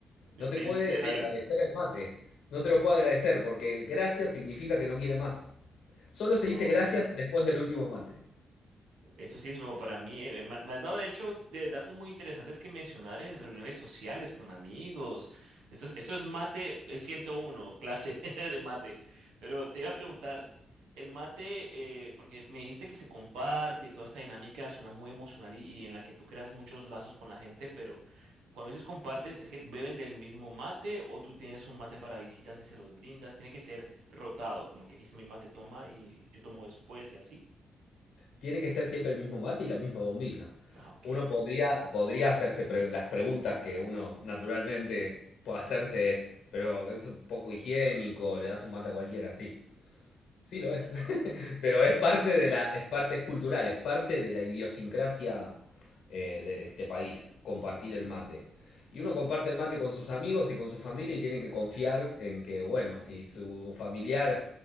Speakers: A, on the left (about 75°); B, on the right (about 75°).
A: No te
B: ¿En
A: puede
B: serio?
A: agradecer el mate. No te lo puede agradecer porque el gracias significa que no quiere más. Solo se
B: Oh.
A: dice gracias después del último mate.
B: Eso sí es nuevo para mí. eh. Me, me has dado, de hecho, de datos muy interesantes que mencionar en reuniones sociales con amigos. Esto, es- esto es mate eh, 101 clase <laughs> de mate. Pero te iba a preguntar, el mate, eh, porque me dijiste que se comparte y toda esta dinámica suena muy emocional y, y en la que tú creas muchos lazos con la gente, pero cuando dices compartes, ¿es que beben del mismo mate o tú tienes un mate para visitas y se los brindas? Tiene que ser rotado, como que aquí es mi mate, toma y yo tomo después y así.
A: Tiene que ser siempre el mismo mate y la misma bombilla.
B: Ah, ok.
A: Uno podría, podría hacerse pre- las preguntas que uno naturalmente puede hacerse es, pero es un poco higiénico, le das un mate a cualquiera, sí. Sí lo es.
B: Mm,
A: <laughs> Pero
B: ok,
A: es parte de la, es parte es cultural, es parte de la idiosincrasia eh, de este país, compartir el mate. Y uno comparte el mate con sus amigos y con su familia y tiene que confiar en que, bueno, si su familiar